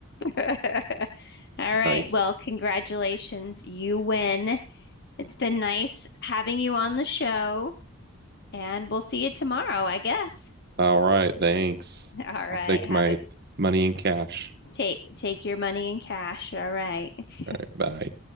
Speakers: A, on the left; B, on the right.
A: it. <laughs> All right,
B: Nice.
A: well, congratulations. You win. It's been nice having you on the show, and we'll see you tomorrow, I guess.
B: All right, thanks.
A: <laughs> All right,
B: I'll take
A: have
B: my
A: a
B: money in cash.
A: Take take your money in cash. All right. <laughs>
B: All right, bye.